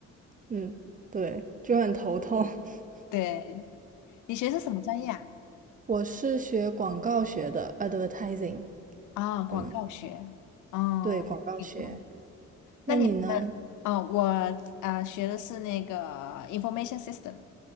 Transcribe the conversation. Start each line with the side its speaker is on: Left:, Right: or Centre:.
Right: 嗯，对，就很头痛。<laughs>
Left: 对，你学的是什么专业啊？
Right: 我是学广告学的，advertising，
Left: 啊，广告学，
Right: 嗯，
Left: 嗯，
Right: 对，广告学。
Left: 挺好。那你，
Right: 那你呢？
Left: 哦，我呃学的是那个呃 information system，